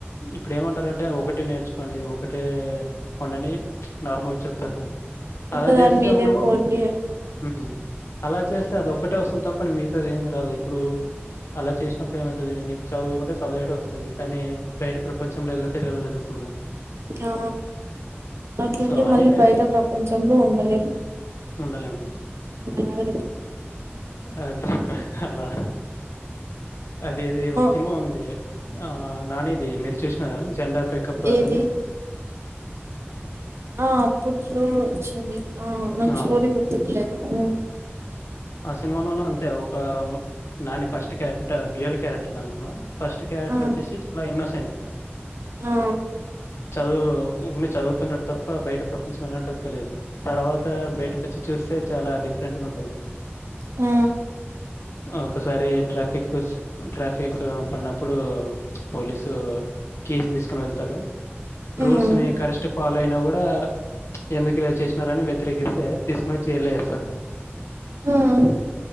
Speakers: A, on the left (about 85°); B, on the right (about 80°).
A: ఇప్పుడు ఏమంటారంటే ఒకటే నేర్చుకోండి ఒకటే వండని మ్చ్ నార్మల్గా చెప్తారు అలా
B: ఒకదాని
A: చేస్తే
B: మీదే
A: మనము
B: పోండి
A: వ్మ్ అలా చేస్తే అది ఒక్కటే వస్తుంది తప్పని మిగతాది ఏంది రాదు ఇప్పుడు అలా చేసినప్పుడు ఏమైతది నీకు చదువుకుంటే చదవేటేవి వస్తది కానీ బయట ప్రపంచంలో ఎలా తిరగలో తెలుస్తుందా
B: ఆ అట్లుంటే
A: సో, అన్నీ
B: మళ్ళీ
A: నే
B: బయట ప్రపంచంలో ఉండలేం
A: ఉండలేం
B: అలాగే
A: అది అలా అది అది ఒక
B: ఆ
A: సీమ ఉంది ఆ నానిది మీరు చూసినారా జెండా పికప్ రాజుని
B: ఏది ఆ అప్పుట్లో వచ్చింది ఆ నాకు
A: ఆ!
B: స్టోరి గుర్తుకులేదు
A: ఆ సినిమాల్లోనా అంతే ఒక నాని ఫస్ట్ క ట డగియల్ క్యారెక్టర్ అన్న ఫస్ట్ క్యారెక్టర్
B: ఆ ఆ
A: వచ్చేసి చాలా ఇన్నోసెంట్
B: ఆ
A: చదువు చదువుతుంటాడు తప్ప బయట ప్రపంచం ఎలాంటోద్ తెలిదు తర్వాత బయటకి వచ్చి చూస్తే చాలా డిఫరెంట్ గా ఉంటది
B: ఆ
A: ఒక్కసారి ట్రాఫిక్ స్ ట్రాఫిక్ పడినప్పుడు పోలీసు కీసు తీసుకుని వెళ్తాడు
B: ఉమ్
A: రూల్స్ ని కరశ్ ఫాలో అయినా కూడా ఎందుకు ఇలా చేసినారని వ్యతిరేకిస్తే తీసుకొని జైల్లో ఏస్తారు.
B: హ్మ్